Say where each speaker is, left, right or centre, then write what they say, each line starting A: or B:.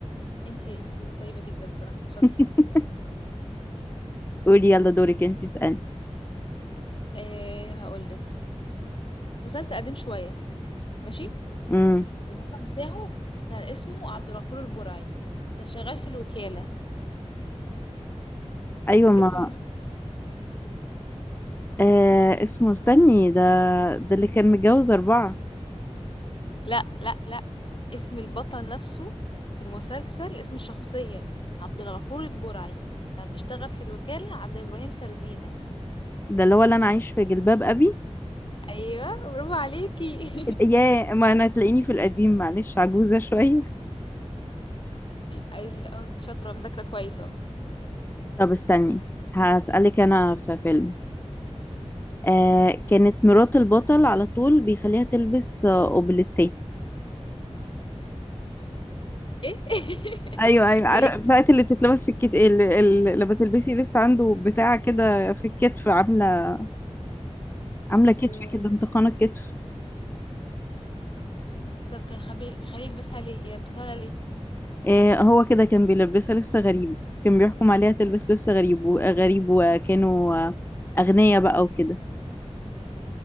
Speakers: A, on the left; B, on the left.
A: انتي انتي طيبة جدا بصراحة شاطرة
B: <laughs> قولي يلا دورك انتي اسألي
A: أه هقولك مسلسل قديم شوية ماشي
B: امم
A: البطل بتاعه كان اسمه عبد الغفور البرعي كان شغال في الوكالة
B: ايوه ما
A: اسم المسلسل
B: آه اسمه استني ده ده اللي كان متجوز اربعة
A: <laughs> لا لا لا اسم البطل نفسه في المسلسل اسم الشخصية عبد الغفور البرعي كان بيشتغل في الوكالة عند إبراهيم سردينة
B: ده اللي هو اللي انا عايش في جلباب ابي
A: ايوه برافو عليكي <laughs>
B: يا ما انا تلاقيني في القديم معلش عجوزة شوية
A: اي اه انت شاطره مذاكره كويس اهو
B: <laughs> طب استني هسألك انا في فيلم آه كانت مرات البطل على طول بيخليها تلبس آه، اوبليتيه
A: ايه <laughs>
B: ايوه ايوه عارف
A: ده ايه ده؟
B: بتاعت اللي بتتلبس في الكت اللي, اللي لما تلبسي لبس عنده بتاع كده في الكتف عامله عامله
A: آه،
B: كتف كده انتقانه كتف
A: طب كان خبي... بيخليه يلبسها ليه يلبسها ليه
B: آه، هو كده كان بيلبسها لبس غريب كان بيحكم عليها تلبس لبس غريب وغريب وكانوا آه، أغنياء بقى وكده